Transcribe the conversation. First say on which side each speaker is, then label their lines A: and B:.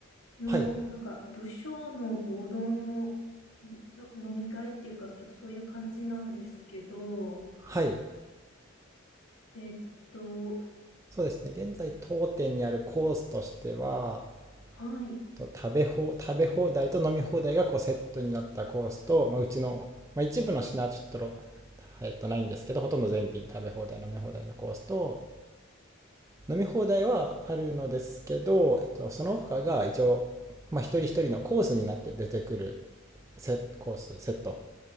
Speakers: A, on the left (about 75°); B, on the right (about 15°).
A: の、
B: はい、
A: なんか、部署の合同の、の飲み会っていうか、ちょっとそういう感じなんですけど、
B: はい。
A: えっと、
B: そうですね。現在当店にあるコースとしては、
A: はい、
B: と食べ放食べ放題と飲み放題がこうセットになったコースと、まあ、うちの、まあ、一部の品はちょっとえっと、ないんですけどほとんど全品食べ放題飲み放題のコースと飲み放題はあるのですけど、えっと、その他が一応、まあ、一人一人のコースになって出てくるセコースセット